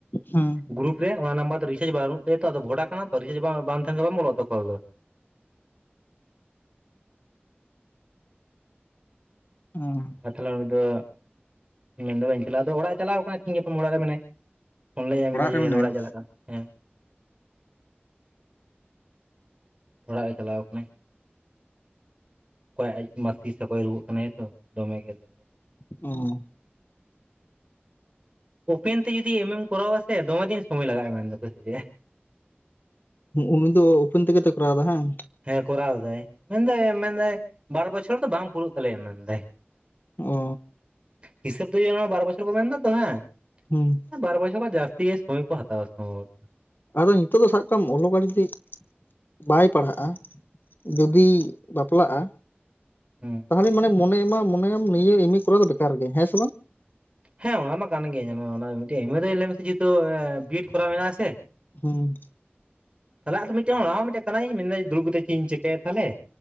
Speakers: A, on the left; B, on the right.
A: ᱦᱩᱸ
B: ᱜᱩᱨᱩᱯ ᱨᱮ ᱚᱱᱟ ᱱᱟᱢᱵᱟᱨ ᱫᱚ ᱨᱤᱪᱟᱨᱡᱽ ᱵᱟᱹᱱᱩᱜ ᱛᱟᱭᱟ ᱛᱚ ᱟᱫᱚ ᱵᱷᱚᱰᱟ ᱠᱟᱱᱟ ᱛᱚ ᱨᱤᱪᱡᱽ ᱵᱟᱝ ᱛᱟᱦᱮᱱ ᱵᱟᱝ ᱵᱚᱞᱚᱜᱼᱟ ᱛᱚ ᱠᱚᱞ ᱫᱚ
A: ᱚ
B: ᱟᱨ ᱛᱟᱦᱚᱞᱮ ᱩᱱᱤ ᱫᱚ ᱢᱮᱱᱫᱟ ᱵᱟᱹᱧ ᱪᱟᱞᱟᱜᱼᱟ ᱟᱫᱚ ᱚᱲᱟᱜ ᱮ ᱪᱟᱞᱟᱣ ᱠᱟᱱᱟ ᱛᱮᱦᱮᱤᱧ ᱜᱟᱯᱟ ᱚᱲᱟᱜ ᱨᱮ ᱢᱮᱱᱟᱭ ᱯᱷᱳᱱ ᱞᱤᱜ ᱟᱭ ᱢᱤᱫ ᱫᱷᱟᱣ
A: ᱨᱮ ᱢᱮᱱᱟᱭᱟ
B: ᱡᱮ ᱚᱲᱟᱜ ᱮ ᱪᱟᱞᱟᱜ ᱠᱟᱱ ᱦᱮᱸ ᱚᱲᱟᱜ ᱮ ᱪᱟᱞᱟᱣ ᱠᱟᱱᱟᱭ ᱚᱠᱚᱭ ᱟᱡ ᱢᱟᱥᱤ ᱥᱮ ᱚᱠᱚᱭ ᱨᱩᱣᱟᱹᱜ ᱠᱟᱱᱟᱭ ᱛᱚ ᱫᱚᱢᱮᱜᱮ ᱫᱚ
A: ᱚ ᱦᱚ
B: ᱳᱯᱮᱱ ᱛᱮ ᱡᱩᱫᱤ ᱮᱢᱮᱢ ᱠᱚᱨᱟᱣᱟ ᱥᱮ ᱫᱚᱢᱮ ᱫᱤᱱ ᱥᱚᱢᱚᱭ ᱞᱟᱜᱟᱜᱼᱟ ᱢᱮᱱ ᱫᱟᱠ ᱥᱮ ᱪᱮᱫ
A: ᱩᱱᱤ ᱫᱚ ᱳᱯᱮᱱ ᱛᱮᱜᱮ ᱛᱚᱭ ᱠᱚᱨᱟᱣ ᱮᱫᱟ ᱦᱟᱸ
B: ᱦᱮᱸ ᱠᱚᱨᱟᱣ ᱫᱟᱭ ᱢᱮᱱᱫᱟᱭ ᱢᱮᱱᱫᱟᱭ ᱵᱟᱨ ᱵᱚᱪᱷᱚᱨ ᱫᱚ ᱵᱟᱝ ᱯᱩᱨᱟᱹᱜ ᱛᱟᱞᱮᱭᱟ ᱢᱮᱱᱫᱟᱭ
A: ᱚ
B: ᱦᱤᱥᱟᱹᱵ ᱫᱚ ᱤᱭᱟᱹ ᱵᱟᱨ ᱵᱚᱪᱷᱚᱨ ᱠᱚ ᱢᱮᱱᱫᱟᱛᱚ ᱦᱮᱸ
A: ᱦᱩᱸ
B: ᱵᱟᱨ ᱵᱚᱪᱷᱚᱨ ᱠᱷᱚᱱ ᱡᱟᱥᱛᱤ ᱜᱮ ᱥᱚᱢᱚᱭ ᱠᱚ ᱦᱟᱛᱟᱣᱟ ᱥᱚᱢᱵᱷᱚᱵᱚᱛᱚ
A: ᱟᱫᱚ ᱱᱤᱛᱳᱜ ᱫᱚ ᱥᱟᱵ ᱠᱟᱜ ᱢᱮ ᱚᱞᱚᱜᱟᱲ ᱡᱩᱫᱤ ᱵᱟᱭ ᱯᱟᱲᱦᱟᱜᱼᱟ ᱡᱩᱫᱤᱭ ᱵᱟᱯᱞᱟᱜᱼᱟ
B: ᱦᱩᱸ
A: ᱛᱟᱦᱚᱞᱮ ᱢᱟᱱᱮ ᱢᱚᱱᱮᱭ ᱢᱚᱱᱮᱭᱟᱢ ᱱᱤᱭᱟᱹ ᱮᱢᱮ ᱠᱚᱨᱟᱣ ᱫᱚ ᱵᱮᱠᱟᱨ ᱜᱮ ᱦᱮᱸ ᱥᱮ ᱵᱟᱝ
B: ᱦᱮᱸ ᱚᱱᱟ ᱢᱟ ᱠᱟᱱ ᱜᱮ ᱧᱮᱞᱢᱮ ᱚᱱᱟ ᱢᱤᱫᱴᱮᱡ ᱮᱢ ᱮ ᱫᱚ ᱞᱟᱹᱭ ᱢᱮᱥᱮ ᱡᱮᱦᱮᱛᱩ ᱵᱤᱮᱰ ᱠᱚᱨᱟᱣ ᱢᱮᱱᱟᱜᱼᱟ ᱥᱮ
A: ᱦᱩᱸ
B: ᱛᱟᱦᱚᱞᱮ ᱢᱤᱫᱴᱮᱡ ᱚᱱᱟ ᱦᱚᱸ ᱢᱤᱫᱴᱮᱡ ᱠᱟᱱᱟᱭ ᱢᱮᱱᱫᱟ ᱫᱩᱲᱩᱵ ᱠᱟᱛᱮ ᱪᱮᱫ ᱤᱧ ᱪᱤᱠᱟᱹᱭᱟ ᱛᱟᱦᱚᱞᱮ